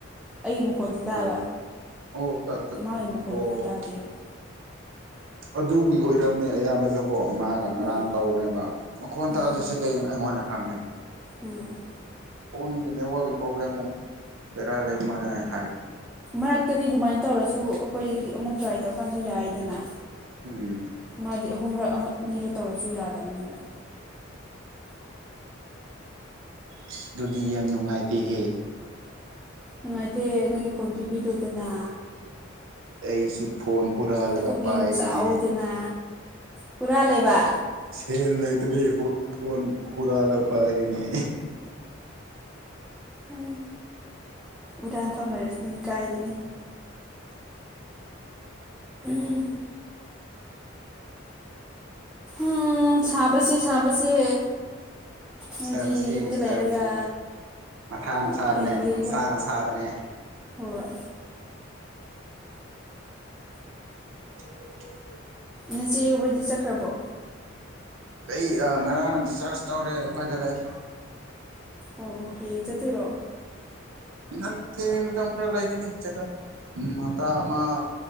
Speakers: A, in the centre; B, on the right.
A: ꯑꯩꯒꯤ ꯃꯈꯣꯜꯗꯤ ꯇꯥꯕ
B: ꯑꯣ ꯑꯣ ꯇ ꯇ
A: ꯃꯥꯒꯤ ꯃꯈꯣꯜꯗꯨꯅ
B: ꯑꯣ
A: ꯇꯥꯗꯦꯕ
B: ꯑꯗꯨꯒꯤ ꯑꯣꯏꯔꯝꯅꯦ ꯑꯌꯥꯝꯕꯁꯨ ꯀꯣ ꯃꯥꯒ ꯉꯔꯥꯡ
A: ꯎꯝ
B: ꯇꯧꯕꯅꯦꯕ ꯃꯈꯣꯟ
A: ꯎꯝ
B: ꯇꯥꯗ꯭ꯔꯁꯦ ꯀꯩ ꯑꯩꯉꯣꯟꯗ <unintelligible>
A: ꯎꯝ
B: ꯐꯣꯟꯒꯤ ꯅꯦꯋꯥꯒꯤ ꯄꯣꯕ꯭ꯂꯦꯝ ꯕꯦꯔꯥ ꯂꯩꯕ ꯃꯥꯂꯦ ꯍꯥꯏ
A: ꯃꯔꯛꯇꯗꯤ ꯑꯗꯨꯃꯥꯏꯟ ꯇꯧꯔꯁꯨ ꯑꯈꯣꯏ ꯑꯃꯨꯛ ꯇ꯭ꯔꯥꯏ ꯇꯧꯀꯥꯟꯗ ꯌꯥꯏꯗꯅ
B: ꯎꯝ
A: ꯃꯥꯗꯤ ꯑꯍꯨꯝꯔꯛ ꯑꯍꯛꯅꯤꯔ ꯇꯧꯔꯁꯨ ꯌꯥꯗꯕꯅꯦꯕ
B: ꯏꯁ ꯗꯨꯗꯤ ꯌꯥꯝ ꯅꯨꯡꯉꯥꯏꯇꯦꯍꯦ
A: ꯅꯨꯡꯉꯥꯏꯇꯦ ꯅꯪꯒꯤ ꯐꯣꯟ ꯄꯤꯕꯤꯔꯣꯗꯅ
B: ꯑꯩꯁꯨ ꯐꯣꯟ ꯍꯨꯔꯥꯜꯂꯒ
A: ꯄꯨꯛꯅꯤꯡ
B: ꯄꯥꯏꯔꯤꯅꯦ
A: ꯆꯥꯎꯗꯅ ꯍꯨꯔꯥꯜꯂꯦꯕ
B: ꯁꯦꯜ ꯂꯩꯇꯕꯩ ꯐꯣꯟ ꯍꯔꯥꯜꯂ ꯄꯥꯏ ꯔꯤꯅꯦ
A: ꯎꯝ ꯎꯔꯥꯟꯐꯝ ꯂꯩꯔꯗꯤ ꯀꯥꯏꯗꯦꯅꯦ ꯎꯝ ꯎ ꯁꯥꯕꯁꯦ ꯁꯥꯕꯁꯦ ꯅꯣꯏꯗꯤ
B: ꯁꯥꯕꯁꯦ
A: ꯌꯨꯝꯗ ꯂꯩꯔꯒ
B: ꯁꯥꯕꯁꯦ ꯃꯊꯥꯅ
A: ꯅꯨꯡꯉꯥꯏꯅ
B: ꯁꯥꯕꯅꯦ
A: ꯂꯩꯕ
B: ꯅꯨꯡꯁꯥꯅ ꯁꯥꯕꯅꯦ
A: ꯍꯣꯏ
B: <unintelligible>
A: ꯅꯆꯦ ꯍꯣꯏꯗꯤ ꯆꯠꯈ꯭ꯔꯕꯣ
B: ꯂꯩ ꯑꯥ꫰ ꯉꯔꯥꯡꯅ ꯗꯤꯆꯥꯔꯖ ꯇꯧꯔꯦ ꯑꯩꯈꯣꯏꯗ ꯂꯩ
A: ꯑꯣ ꯍꯌꯦꯡ ꯆꯠꯇꯣꯏꯔꯣ
B: ꯅꯠꯇꯦ ꯃꯇꯝ ꯈꯔ ꯂꯩꯒꯅꯤ ꯆꯦꯛꯑꯞ ꯎꯝ ꯍꯇꯥ ꯑꯃ